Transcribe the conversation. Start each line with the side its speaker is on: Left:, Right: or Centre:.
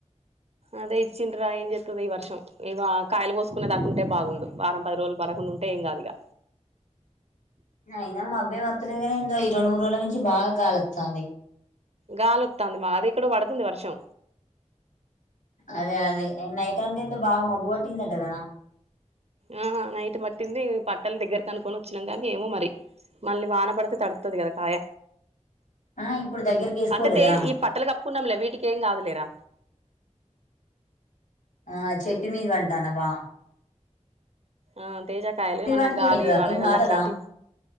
Right: అదే ఇచ్చిండ్రా ఏం చెత్తదో ఈ వర్షం ఇగ కాయలు కోసుకునే దకుంటే బాగుండు వారం పది రోజులు బడకు ఉంటే ఏం గాదు ఇగ
Left: అయినా మాబేమ్ వాతలేదు గాని ఈ రెండు మూడు రోజుల నుంచి బాగా గాలి వొత్తంది
Right: గాలి వొత్తంది మ అదే ఎక్కడొ పడుతుంది వర్షం
Left: అదే అదే నైట్ అంత ఏందో బాగా మబ్బు పట్టిందట గదా
Right: ఆ నైట్ పటింది పట్టల దగ్గర కనుకొని వొచ్చినాం గాని ఏమో మరి మళ్ళీ వాన పడితే తడుత్తది గదా కాయ
Left: ఆ ఇప్పుడు దగ్గరికి వేసుకోలేదా
Right: అంటే తెజ్ ఈ పట్టలు కప్పుకున్నాంలే వీటికి ఏం కాదులేరా
Left: ఆ చెట్టు మీది వంటన్నావా
Right: ఆ తేజ కాయలు ఏమన్నా
Left: వాటికి
Right: గాలి
Left: ఏమైతది అక్క
Right: వడగల్ళ
Left: ఏం కాదు
Right: అట్లాంటి
Left: కదా